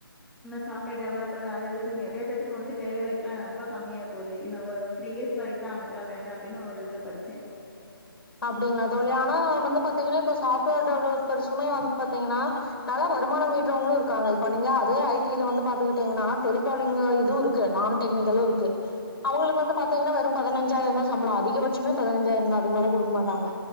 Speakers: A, in the centre; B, on the left.
A: இன்ன சாஃப்ட்வேர் டெவலப்பர் அது இதுனு நறைய பேருத்துக்கு வந்து வேலை வாய்ப்புல்லா ரொம்ப கம்மியா போது இன்ன ஒரு த்ரீ இயர்ஸ் வரைக்குந்தா அவங்களுக்குல்லா வேல அப்டின்னு ஒரு இதுல படிச்ச
B: அப்டிங்களா தோழி ஆனா வந்து பாத்தீங்கன்னா இப்ப சாஃப்டுவெர் டவுலோர்த் ஒரு சுமய வந்துட்டு பாத்தீங்கன்னா நல்லா வருமானம் ஈட்ரவங்களு இருக்காங்க இப்ப நீயா அதே ஐடில வந்து பாத்துகிட்டீங்கன்னா டெலிகாலிங்கு இது இருக்கு நான் டெக்னிக்களு இருக்கு அவுங்ஙளுக்கு வந்து பாத்தீங்னா வெறு பதுநஞ்சாயிரோந்தா சம்பளொ அதிக பட்சமே பதுநஞ்சாயிரோந்தா அதுக்கு மேல குடுக் வ மாட்டாங்க